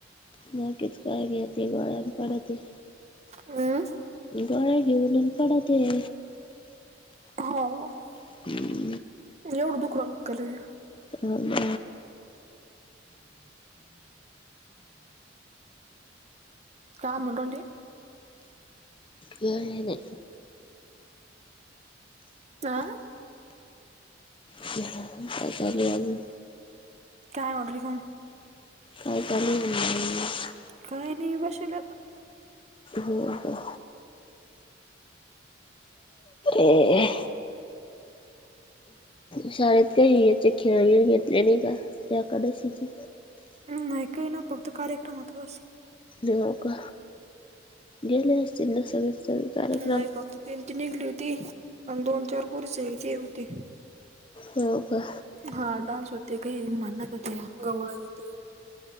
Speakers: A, on the left (about 25°); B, on the right (about 35°).
A: बाकीच <unintelligible> गोळ्या अन् पडते.
B: हम्म
A: गोळ्या घेऊन पडते.
B: <unintelligible>
A: <inaudible>
B: एवढं दुखू रायलं का लगे?
A: हो ना.
B: काम. <unintelligible>
A: नाय नाय
B: हा
A: <unintelligible> काय चालुय अजून?
B: <unintelligible>
A: काय चालुय मनलं मंग?
B: काय नी बशेले आता.
A: हो का. ए शाळेत काई याचे खेळ गीळ घेतले नई का एकादशीचे?
B: हं नाई काई ना, फक्त कार्यक्रम होता बस.
A: हो का, गेले असतील ना सगळेच सगळे. कार्यक्रम
B: नाई फक्त दिंडी निघली होती, अन दोन चार पोरीसये ते होते.
A: हो का.
B: हां डान्स होते काई, म्हण्णत होत्या गवळणी ती.